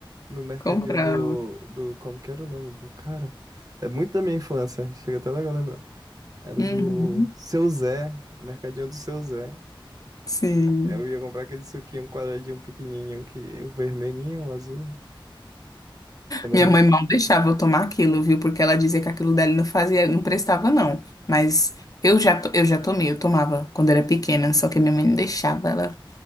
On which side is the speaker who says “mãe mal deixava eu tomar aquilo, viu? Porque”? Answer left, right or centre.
Left